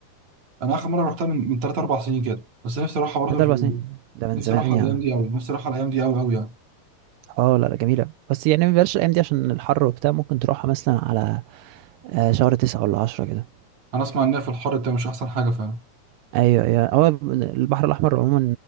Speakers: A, on the right; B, on the right.
A: انا اخر مرة رحتها من من 3 4 سنين كده بس نفسي اروحها برضه
B: تلات
A: في
B: أربع
A: ال-
B: سنين ده من
A: نفسي
B: زمان
A: اروحها
B: يا
A: الايام
B: عم
A: دي قوي نفسي اروحها الايام دي قوي قوي يعني
B: اه لا لا جميلة بس يعني ما بلاش الأيام دي عشان الحر وبتاع ممكن تروحها مثلا على آه، شهر تسعة ولا عشرة كده
A: انا اسمع ان هي في الحر ده مش احسن حاجة فعلا
B: أيوة أيوة هو البحر الأحمر عموما